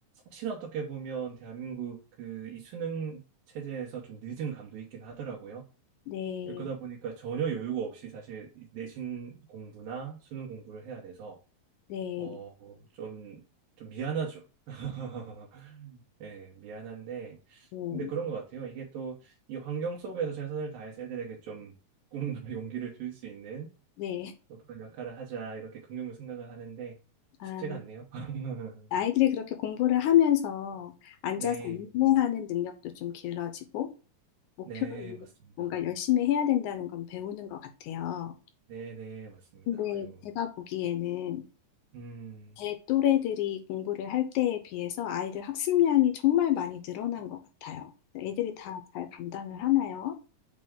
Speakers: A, on the right; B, on the left.
A: 사실 어떻게 보면 대한민국 그 이 수능 체제에서 좀 늦은 감도 있긴 하더라고요.
B: 네,
A: 그러다 보니까 전혀 여유가 없이 사실 내신 공부나 수능 공부를 해야 돼서
B: 네,
A: 어, 좀, 좀 미안하죠. <laughs> 예, 미안한데,
B: 네,
A: 근데 그런 것 같아요. 이게 또 이 환경 속에서 최선을 다해서 애들에게 좀 꿈과 <laughs> 용기를 줄 수 있는
B: 네.
A: 또 그런 역할을 하자, 이렇게 긍정적으로 생각을 하는데,
B: 아,
A: 쉽지가 않네요. <laughs>
B: 아이들이 그렇게 공부를 하면서 앉아서
A: 네,
B: 인내하는 능력도 좀 길러지고, 목표를
A: 네, 맞습니다.
B: 뭔가 열심히 해야 된다는 건 배우는 것 같아요.
A: 네, 네, 맞습니다.
B: 근데
A: 아유,
B: 제가 보기에는
A: 음.
B: 제 또래들이 공부를 할 때에 비해서 아이들 학습량이 정말 많이 늘어난 것 같아요. 애들이 다 잘 감당을 하나요?